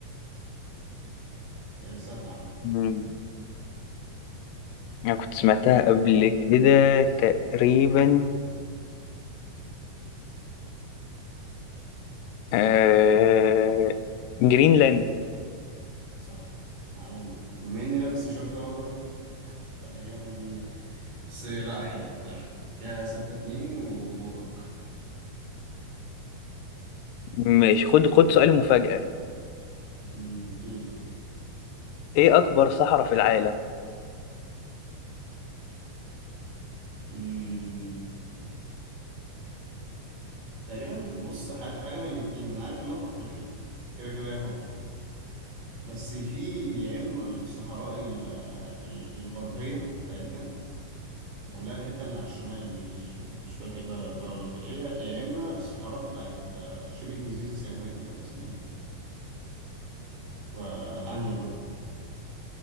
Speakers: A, on the right; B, on the left.
A: هي سهلة عامة
B: مم. أنا كنت سمعتها
A: مؤ
B: قبل كده تقريبا آه... جرينلاند
A: صح عالمي بما اني لابس تيشيرت اخضر فالاجابة دي لا بس لا حلو تمام كده 6 2 ودورك
B: ماشي خد خد سؤال مفاجأة
A: مم، اديني
B: إيه أكبر صحراء في العالم؟
A: مم، تقريبا بص حاجة حاجة من الاتنين انا عارف انها في افريقيا كده كده هي في افريقيا بس في يا اما الصحراء ال- ال- الغربيه بتاعتنا ولا الحته اللي على الشمال دي مش مش فاكر بقى غربيه ولا شرقيه يا اما الصحراء بتاعت آه، شبه جزيره سيناء دي ولا اسمها ايه فانهي بقى